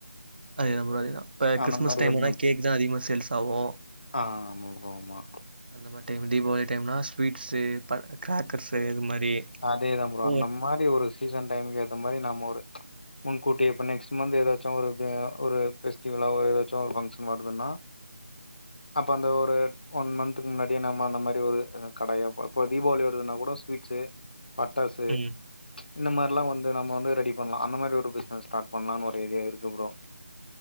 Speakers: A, on the right (about 40°); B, on the left (about 40°).
A: அதேதா ப்ரோ அதேதா இப்ப கிறிஸ்மஸ்
B: அந்த மாரி
A: டைம்லா
B: ஒன்னு
A: கேக் தா அதிகமா சேல்ஸ்சாகு
B: ஆ ஆமா ப்ரோ ஆமா
A: அந்த மாரி டைம் தீபாவளி டைம்னா ஸ்வீட்ஸு பர் கிராக்கர்ஸு இது மாரி
B: அதே தா ப்ரோ
A: ஓ
B: அந்த மாரி ஒரு சீசன் டைம்க்கேத்த மாரி நம்ம ஒரு முன்கூட்டியே இப்ப நெக்ஸ்ட் மந்து எதாச்சு ஒரு பே ஒரு ஃபெஸ்டிவலோ ஒரு எதாச்சு ஒரு ஃபங்க்ஷன் வருதுன்னா அப்ப அந்த ஒரு ஒன் மன்த்துக்கு முன்னாடியே நம்ம அந்த மாரி ஒரு அ கடைய இப்ப இப்ப தீபாவளி வருதுன்னா கூட ஸ்வீட்ஸு பட்டாசு
A: ம்
B: இந்த மார்ல்லா வந் து நம்ம வந்து ரெடி பண்லா அந்த மாரி ஒரு பிஸ்னஸ் ஸ்டார்ட் பண்லானு ஒரு ஐடியா இருக்கு ப்ரோ